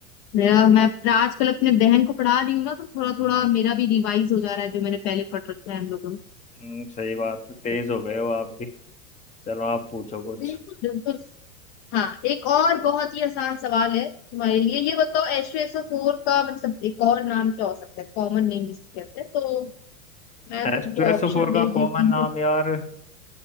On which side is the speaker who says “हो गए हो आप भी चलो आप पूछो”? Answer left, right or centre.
Left